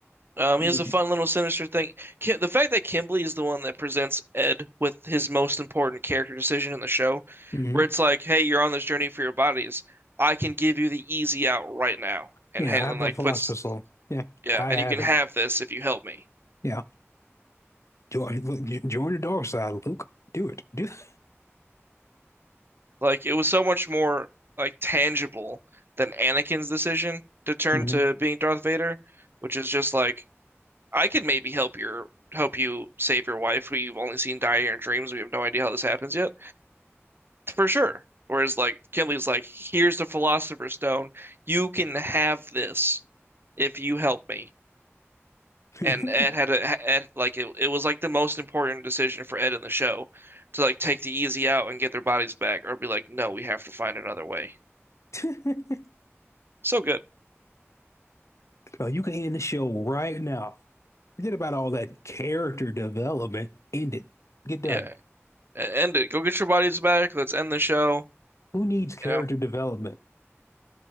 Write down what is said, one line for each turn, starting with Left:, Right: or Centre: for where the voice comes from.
Right: Um,
Left: You,
Right: he has a fun little sinister thing. Ki the fact that Kimberly is the one that presents Ed with his most important character decision in the show,
Left: hmm
Right: where it's like, "Hey, you're on this journey for your bodies. I can give you the easy out right now," and
Left: Yeah,
Right: and
Left: I have
Right: like
Left: a philosopher's
Right: puts,
Left: soul. Yeah,
Right: yeah,
Left: I
Right: and
Left: have
Right: you can
Left: it.
Right: have this if you help me.
Left: Yeah. Join, <laughs> look, j- join the dark side, Luke. Do it. Do <laughs>
Right: Like it was so much more like tangible than Anakin's decision to turn
Left: Mm-hmm.
Right: to being Darth Vader, which is just like I could maybe help your help you save your wife who you've only seen die in your dreams. We have no idea how this happens yet, for sure. Whereas like Kinley's like, here's the Philosopher's Stone. You can have this if you help me.
Left: Mm-hmm.
Right: And Ed had a Ed like it, it was like the most important decision for Ed in the show to like take the easy out and get their bodies back or be like, no, we have to find another way.
Left: <laughs>
Right: So good.
Left: So you can end the show right now. Forget about all that character development. End it. Get done.
Right: Yeah. E- End it. Go get your bodies back. Let's end the show.
Left: Who needs character
Right: You know,
Left: development?